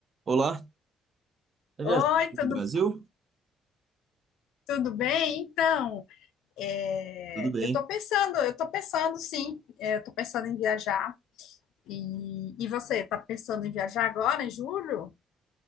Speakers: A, on the right; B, on the left.
A: Olá, tá
B: Oi,
A: viajando do
B: tudo,
A: Brasil?
B: tudo bem? Então, é,
A: Tudo bem?
B: eu estou pensando, eu estou pensando sim, é, eu estou pensando em viajar. E, e você, está pensando em viajar agora, em julho?